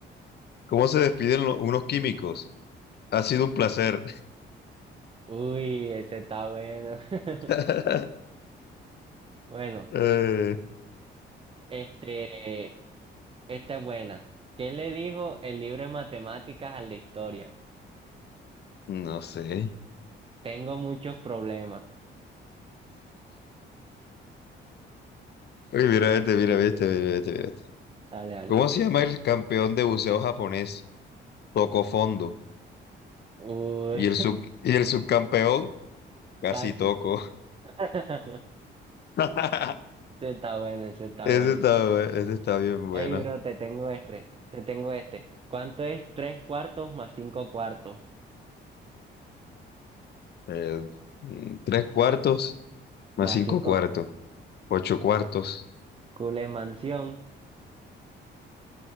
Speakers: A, on the left; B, on the right.
A: ¿Cómo se despiden lo- unos químicos? Ha sido un placer.
B: Uy, ese está bueno. <laughs>
A: <laughs>
B: Bueno,
A: Eh,
B: este, esta es buena. ¿Qué le dijo el libro de matemáticas al de historia?
A: no sé.
B: Tengo muchos problemas.
A: Uy, mira este, mira este, mira este, mira este.
B: Dale, dale.
A: ¿Cómo se llama el campeón de buceo japonés? Toco fondo.
B: Uy,
A: Y el sub- y el subcampeón casi
B: <laughs> casi.
A: Toco.
B: <laughs>
A: <laughs>
B: Ese está bueno, ese está bueno.
A: Ese está, bu- ese está bien bueno.
B: Ey, bro, te tengo este, te tengo este. ¿Cuánto es tres cuartos más cinco cuartos?
A: Eh, mm, tres cuartos
B: Más
A: más cinco
B: cinco
A: cuartos, ocho cuartos.
B: cule mansión.